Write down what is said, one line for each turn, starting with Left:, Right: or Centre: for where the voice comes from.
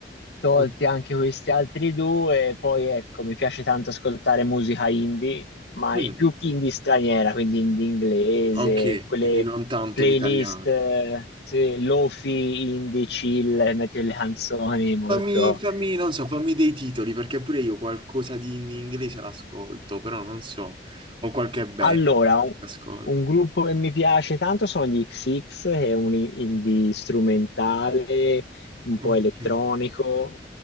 Left: tolti
Right: Mm,
Left: anche questi altri due, poi ecco, mi piace tanto ascoltare musica indie, ma
Right: mm,
Left: i- più indie straniera, quindi indie inglese,
Right: ok,
Left: quelle
Right: quindi non tanto
Left: playlist,
Right: l'italiano.
Left: eh, sì, lofi, indie, chill, metti le canzoni molto...
Right: Fammi, fammi, non so, fammi dei titoli, perché pure io qualcosa di in inglese l'ascolto, però non so, ho qualche band
Left: Allora,
Right: che
Left: un,
Right: ascolto.
Left: un gruppo che mi piace tanto sono gli XX, che è un i- indie strumentale, un
Right: Ok.
Left: po' elettronico,